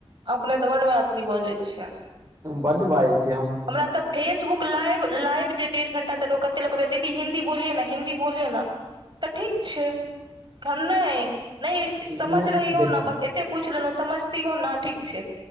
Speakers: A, on the right; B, on the right.
A: अपने तऽ बड् मैथिली बजैत छियै
B: बड़ बाजय
A: हमरा तऽ फेसबुक लाइव लाइव जे डेढ़ घंटा से कते लगबै दीदी हिन्दी बोलिय ने हिन्दी बोलिये ने तऽ ठीक छै घर नहि नहि समझ
B: नहि
A: रही हो
B: देखियौ
A: ने बस पूछि लेलहुँ समझती हो ना ठीक छै